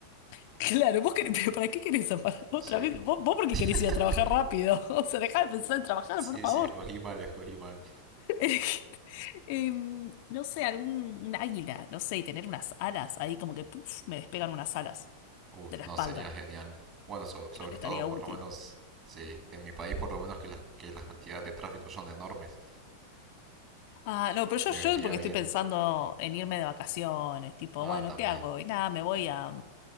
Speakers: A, on the left (about 50°); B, on the right (about 30°).
A: <laughs> claro, vos querés- pero ¿para qué querés zafar otra
B: Sí.
A: vez? Vos, vos porque
B: <laughs>
A: querés ir a trabajar rápido. <laughs> O sea, dejá de pensar en trabajar,
B: Sí,
A: por favor.
B: sí, escogí mal, escogí mal.
A: <laughs> Em, no sé, algún un águila, no sé, y tener unas alas ahí como que puf, me despegan unas alas
B: Uf,
A: de la
B: no,
A: espalda.
B: sería genial. Bueno, so- sobre
A: Creo que
B: todo,
A: estaría
B: por
A: útil.
B: lo menos, sí, en mi país, por lo menos que las, que las cantidades de tráfico son enormes.
A: Ah, no, pero yo,
B: Me
A: yo
B: vendría
A: porque
B: bien.
A: estoy pensando en irme de vacaciones, tipo,
B: Ah,
A: bueno,
B: también.
A: ¿qué hago? Y nada, me voy a,